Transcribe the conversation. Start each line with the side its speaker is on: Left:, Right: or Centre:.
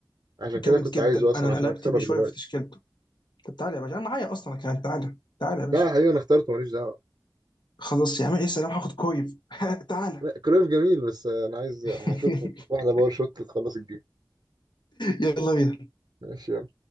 Right: عشان
Left: جامد
Right: كده كنت
Left: جدا
Right: عايزه اصلا
Left: انا أنا
Right: عشان
Left: لعبت
Right: اكسبك
Left: بيه شويه
Right: دلوقتي
Left: في تشكيلته طب تعالى يا باشا انا معايا اصلا كمان تعالى تعالى يا باشا
Right: لا يا حبيبي انا اخترته ماليش دعوه
Left: خلاص يا عم ايه سلام هاخد كويف <laughs> تعالى
Right: لا كرويف جميل بس انا عايز
Left: <laughs>
Right: هشوط هديك واحده باور شوت تخلص الجيم
Left: يلا بينا
Right: ماشي يلا